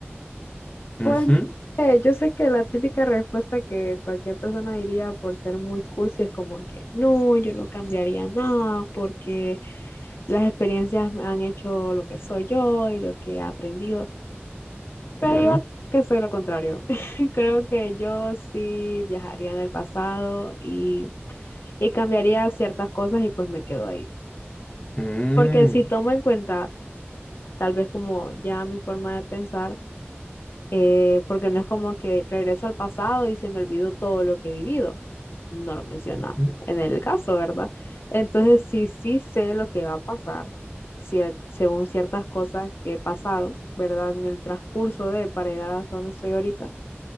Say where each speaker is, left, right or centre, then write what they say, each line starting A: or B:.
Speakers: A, on the left; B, on the left.
A: Ujú,
B: Pues eh, yo sé que la típica respuesta que cualquier persona diría por ser muy cursi es como que no, yo no cambiaría nada porque las experiencias me han hecho lo que soy yo y lo que he aprendido. Pero
A: claro.
B: yo creo que soy lo contrario. <laughs> Creo que yo sí viajaría en el pasado y, y cambiaría ciertas cosas y pues me quedo ahí.
A: Mm,
B: Porque si tomo en cuenta tal vez como ya mi forma de pensar, eh, porque no es como que regreso al pasado y se me olvidó todo lo que he vivido. No lo menciona
A: ujú,
B: en el caso, ¿verdad? Entonces sí, sí sé lo que va a pasar, cier- según ciertas cosas que pasaron, ¿verdad? En el transcurso de para llegar hasta donde estoy ahorita,